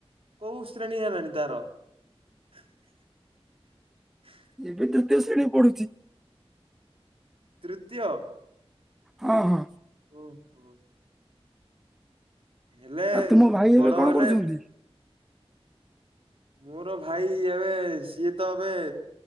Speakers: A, on the right; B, in the centre.
A: କୋଉ ଶ୍ରେଣୀ ହେଲାଣି ତାର? <inaudible> <inaudible>
B: ଏ ତୃତୀୟ ଶ୍ରେଣୀରେ ପଢୁଛି।
A: ତୃତୀୟ।
B: ହଁ, ହଁ।
A: ଓହୋ। ହେଲେ
B: ଆଉ ତୁମ ଭାଇ
A: ବଡ
B: ଏବେ କଣ
A: ହେଲେ
B: କରୁଛନ୍ତି?
A: ମୋର ଭାଇ ଏବେ ସିଏ ତ ଏବେ